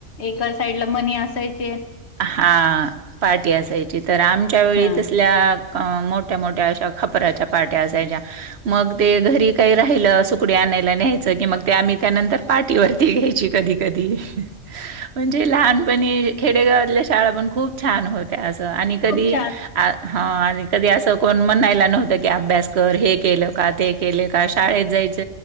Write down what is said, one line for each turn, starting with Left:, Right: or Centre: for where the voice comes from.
Left: एकच साईड ला मनी असायच.
Right: हा पाठी असायची तर आमच्या वेळी
Left: हा
Right: तसल्या मोठ्या मोठ्या खापरच्या पाट्या असाच्या मग घरी काही राहील सुकडी आणायला. यायचं की मग ते आम्ही त्यानंतर पाठीवरती घ्यायची कधी, कधी म्हणजे लहानपणी खेडेगावातल्या शाळा पण खूप छान होत. असं आणि कधी
Left: खूप छान
Right: अ ह कधी असं कोण म्हणायला नव्हतं की अभ्यास कर हे केलं का ते केलं का शाळेत जायच.